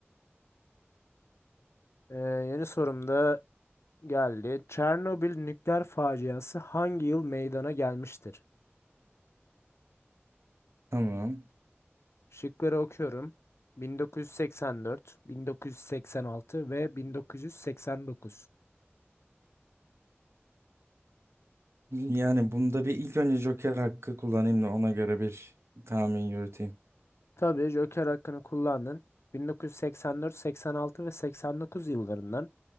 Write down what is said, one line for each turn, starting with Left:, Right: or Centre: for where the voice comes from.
Left: e, yeni sorumda geldi. Çernobil nükleer faciası hangi yıl meydana gelmiştir?
Right: tamam.
Left: Şıkları okuyorum. 1984, 1986 ve 1989.
Right: Yani bunda bir ilk önce Joker hakkı kullanayım da ona göre bir tahmin yürüteyim.
Left: Tabii Joker hakkını kullandın. 1984, 86 ve 89 yıllarından